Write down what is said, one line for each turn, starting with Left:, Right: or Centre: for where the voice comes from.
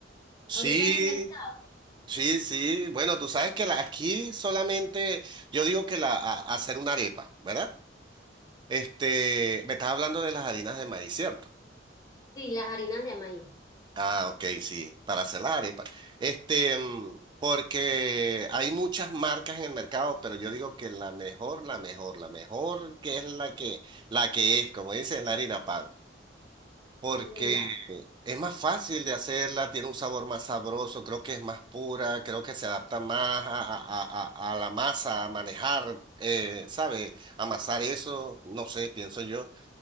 Right: Sí,
Left: ahorita en el mercado?
Right: sí, sí. Bueno, tú sabes que la- aquí solamente, yo digo que la, a- hacer una arepa, ¿verdad? Este, me estás hablando de las harinas de maíz, ¿cierto?
Left: Sí, las harinas de maíz.
Right: Ah, ok, sí, para hacer las arepas. Este, mm, porque hay muchas marcas en el mercado, pero yo digo que la mejor, la mejor, la mejor que es la que, la que es, como dicen, la harina pan. Porque
Left: Mira,
Right: Es más fácil de hacerla, tiene un sabor más sabroso, creo que es más pura, creo que se adapta más a, a- a- a- a la masa, a manejar, eh, ¿sabe? Amasar eso, no sé, pienso yo.